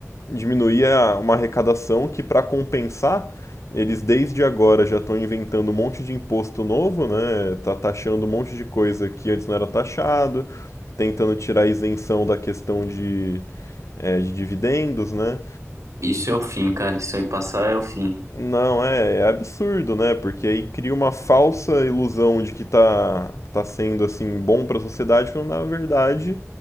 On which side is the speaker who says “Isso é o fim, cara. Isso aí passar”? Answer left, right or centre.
Right